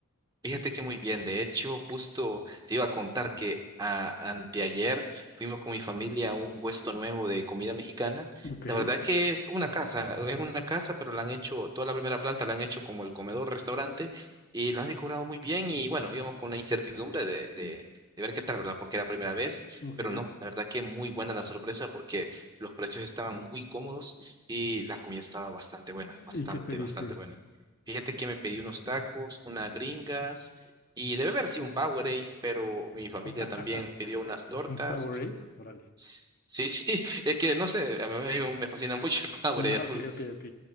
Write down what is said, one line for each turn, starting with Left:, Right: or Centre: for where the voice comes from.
Right: Fíjate que muy bien. De hecho, justo te iba a contar que a- anteayer fuimos con mi familia a un puesto nuevo de comida mexicana.
Left: Ok,
Right: La verdad que es una casa, es una casa, pero la han hecho, toda la primera planta la han hecho como el comedor, restaurante, y lo han decorado muy bien. Y bueno, íbamos con la incertidumbre de, de, de ver qué tal, ¿verdad? Porque era la primera vez,
Left: ok.
Right: pero no, la verdad que muy buena la sorpresa porque los precios estaban muy cómodos y la comida estaba bastante buena,
Left: ¿Y
Right: bastante,
Left: qué pediste?
Right: bastante buena. Fíjate que me pedí unos tacos, unas gringas y debe haber sido un Powerade, pero mi familia
Left: <laughs>
Right: también pidió unas tortas.
Left: ¿Un Powerade? Órale.
Right: S- Sí, sí, <laughs> es que no sé, a mí me me fascina mucho el Powerade
Left: Ah,
Right: azul.
Left: ok, ok, ok.